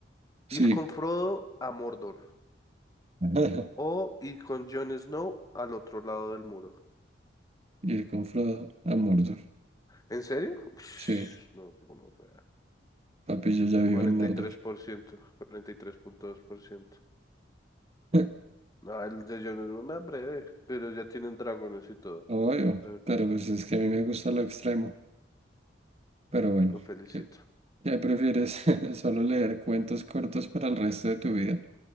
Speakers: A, on the right; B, on the left.
A: Sí.
B: Ir con Frodo a Mordor.
A: Ajá.
B: O y con Jon Snow al otro lado del muro.
A: <laughs> Ir con Frodo a Mordor.
B: ¿En serio? Ush,
A: Sí,
B: no, que como vea.
A: papi, yo ya vivo
B: cuarenta
A: en Mordor.
B: y tres por ciento, cuarenta y tres punto dos por ciento.
A: <laughs>
B: No, el de Jon Snow, una breve, pero ya tienen dragones y todo.
A: Obvio,
B: Pero
A: pero pues es que a mí me gusta lo extremo. Pero bueno,
B: lo felicito.
A: ¿qué, qué prefieres? <laughs> ¿Solo leer cuentos cortos para el resto de tu vida?